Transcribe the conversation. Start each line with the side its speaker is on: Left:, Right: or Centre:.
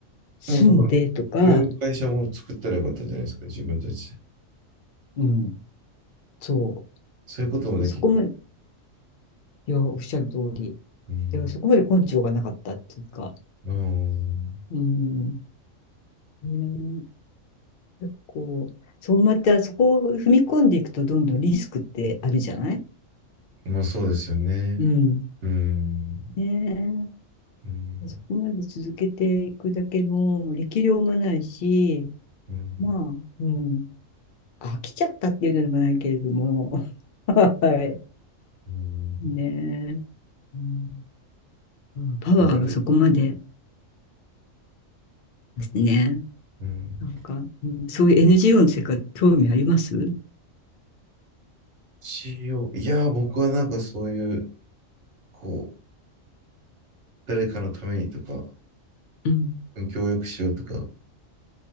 Left: 住んでとか、
Right: もうその、植える会社も作ったらよかったんじゃないですか、自分たちで。
Left: うん、そ
Right: そういうこともできる。
Left: う。そこまでいや、おっしゃる通り。
Right: うん。
Left: でもそこまで根性がなかったっていうか、
Right: うん。
Left: うん、ね、結構、そうまたそこを踏み込んでいくとどんどんリスクってあるじゃない
Right: まあそうですよね。
Left: うん。
Right: うん。
Left: ね
Right: うん。
Left: え、そこまで続けていくだけの力量もないし、
Right: うん。
Left: まあ、うん、飽きちゃったっていうのでもないけれども、<laughs> はい。
Right: うん
Left: ねえ、うん、うんパワーがそこまで
Right: はい。
Left: ですね。
Right: うん。
Left: なんか、うん、そういう NGO の世界、興味あります
Right: c e いやー、僕はなんかそういう、こう、誰かのためにとか、
Left: うん。
Right: 協力しようとか、